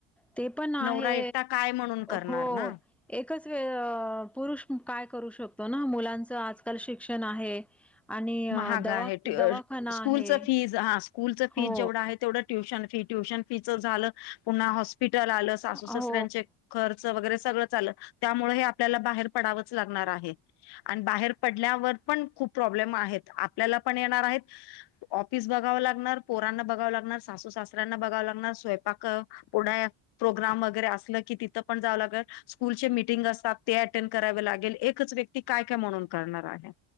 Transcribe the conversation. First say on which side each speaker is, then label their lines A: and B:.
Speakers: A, in the centre; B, on the left (about 70°).
A: ते पण आहे
B: नवरा एकटा काय म्हणून करणार
A: हो.
B: ना
A: एकच वे पुरुष काय करू शकतो ना मुलांचा च आजकाल शिक्षण आहे. आणि अ,
B: महाग
A: दवा
B: आहे
A: दवाखाना
B: स्कूलच
A: आहे
B: फीज हा स्कूलच फीज
A: हो
B: जेवढं आहे तेवढं ट्युशन फी ट्युशन फीच झालं पुन्हा हॉस्पिटल आलं सासू
A: हो
B: ससऱ्यांचे खर्च वगैरे सगळं चालं त्यामुळे हे आपल्याला बाहेर पडावंच लागणार आहे. आणि बाहेर पडल्यावर पण खूप प्रॉब्लेम आहेत आपल्याला पण येणार आहेत ऑफिस बघावं लागणार पोरांना बघावं लागणार सासू सासऱ्यांना बघावं लागणार स्वयंपाक पुढ प्रोग्राम वगैरे असलं की तिथं पण जावं लागेल. स्कूलचे मीटिंग असतात ते अटेंड करावे लागेल एकच व्यक्ती काय काय म्हणून करणार आहे.